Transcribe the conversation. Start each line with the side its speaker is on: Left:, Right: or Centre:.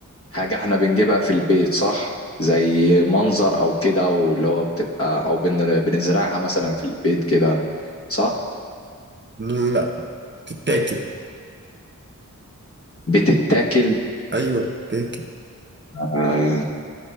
Left: حاجة احنا بنجيبها في البيت صح زي منظر او كده واللي هو بتبقى او بن- بنزرعها مثلا في البيت كده صح
Right: لا بتتاكل
Left: بتتاكل
Right: ايوه بتاكل
Left: آه